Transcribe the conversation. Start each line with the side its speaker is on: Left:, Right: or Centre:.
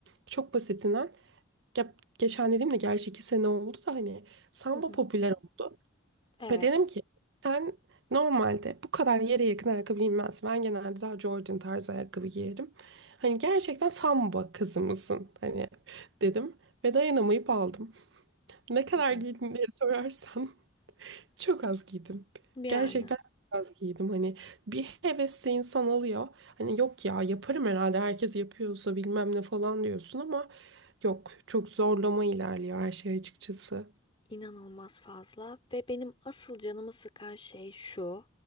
Right: çok basitinden ya geçen dediğimde gerçi iki sene oldu da hani samba
Left: Hı hı.
Right: popüler oldu.
Left: Evet.
Right: Ve dedim ki ben normalde bu kadar yere yakın ayakkabı giymez. Ben genelde daha Jordan tarzı ayakkabı giyerim. Hani gerçekten samba kızı mısın? Hani dedim ve dayanamayıp aldım. Ne kadar
Left: Hı hı.
Right: giydin diye sorarsan <laughs> Çok az giydim.
Left: Yani.
Right: Gerçekten çok az giydim. Hani bir hevesle insan alıyor. Hani yok ya yaparım herhalde herkes yapıyorsa bilmem ne falan diyorsun ama yok. Çok zorlama ilerliyor her şey açıkçası.
Left: İnanılmaz fazla ve benim asıl canımı sıkan şey şu.